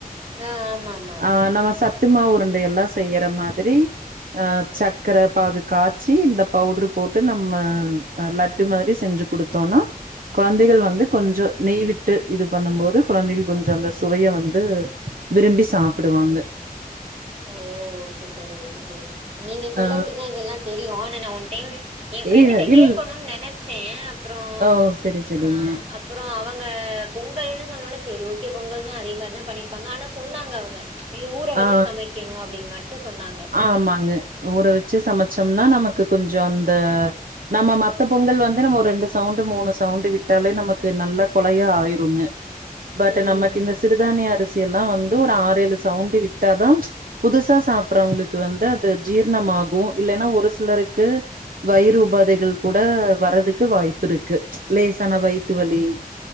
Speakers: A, on the right (about 40°); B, on the right (about 65°).
A: ஆ ஆமா ஆமா
B: ஆ நம்ம சத்துமாவு உருண்டை எல்லா செய்யிற மாதிரி ஆ சக்கர பாகு காச்சி இந்த பவுடரு போட்டு நம்ம லட் லட்டு மாதிரி செஞ்சு கொடுத்தோனா கொழந்தைகள் வந்து கொஞ்சோ நெய் விட்டு இது பண்ணும் போது கொழந்தைங்க கொஞ்சோ அந்த சுவைய வந்து விரும்பி சாப்புடுவாங்க
A: ஓ ஓகே தோழி ஓகே தோழி நீங்க சொல்லபடிதா
B: ஆ
A: இதெல்லா தெரியு ஆனா நா ஒன் டைம் எ ஃப்ரெண்டுட்ட
B: இ
A: கேட்கணுன்
B: இல்
A: நெனச் ச்சே அப்புறோ
B: ஓ செரி செரிங்க
A: ஆ அப் அப்புறோ அவங்க பொங்கல்ன்னு சொன்னோனா செரி ஓகே பொங்கல் தா அதே மாரி தா பண்ணியிருப்பாங்க ஆனா சொன்னாங்க அவ்ங்க இது ஊற வச்சு
B: ஆ
A: சமைக்கணு அப்டின் மட்டு சொன்னாங்க
B: ஆமாங்க ஊற வச்சு சமச்சம்னா நமக்கு கொஞ்சோ அந்த நம்ம மத்த பொங்கல் வந்து நம்ம ஒரு ரெண்டு சவுண்டு மூணு சவுண்டு் விட்டாலே நமக்கு நல்லா கொலையா ஆயிருங்க பட்
A: ம்
B: நமக்கு
A: ம்
B: இந்த சிறுதானிய அரிசி எல்லா வந் து ஒரு ஆரேழு சவுண்ட் விட்டாதா புதுசா சாப் சாப்புறவங்களுக்கு வந்து அது ஜீர்ணமாகு இல்லென்னா ஒரு சிலருக்கு வயிறு உபாதைகள் கூட வர்றதுக்கு வாய்ப்பு இருக்கு லேசான வயித்து வலி